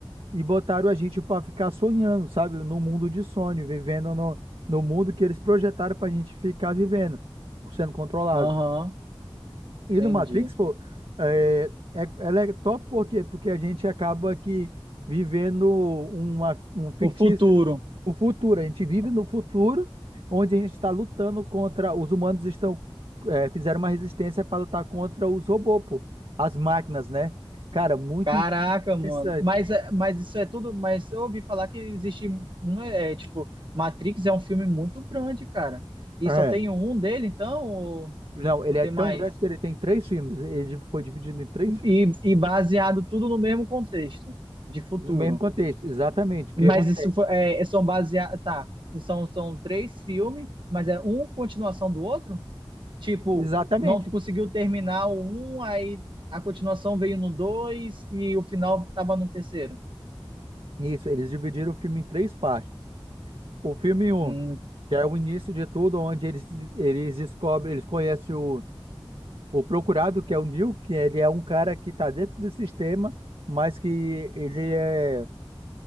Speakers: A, on the right; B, on the right.
A: e botaram a gente para ficar sonhando, sabe? No mundo de sonho, vivendo no, no mundo que eles projetaram para a gente ficar vivendo, sendo controlado.
B: aham,
A: E
B: entendi.
A: no Matrix, pô, é, é, ela é top por quê? Porque a gente acaba aqui vivendo uma, um fictício,
B: O futuro.
A: o futuro. A gente vive no futuro, onde a gente está lutando contra. Os humanos estão é, fizeram uma resistência para lutar contra os robôs, pô, as máquinas, né? Cara, muito
B: Caraca,
A: interessante.
B: mano. Mas, é- mas isso é tudo. Mas eu ouvi falar que existe. Não é, é, tipo, Matrix é um filme muito grande, cara. E
A: É,
B: só tem um dele, então? Ou,
A: Não, ele
B: ou
A: é
B: tem
A: tão
B: mais?
A: grande que ele tem três filmes. Ele foi dividido em três filmes.
B: E, e baseado tudo no mesmo contexto de futuro.
A: No mesmo contexto, exatamente. O que
B: Mas
A: acontece?
B: isso foi, é, é, são baseados. Tá. E São, são três filmes, mas é um continuação do outro? Tipo,
A: Exatamente.
B: não conseguiu terminar o um, aí a continuação veio no dois e o final tava no terceiro.
A: Isso, eles dividiram o filme em três partes. O filme um,
B: Hum,
A: que é o início de tudo, onde eles, eles descobrem, eles conhecem o, o procurado, que é o Neil, que ele é um cara que está dentro do sistema, mas que ele é,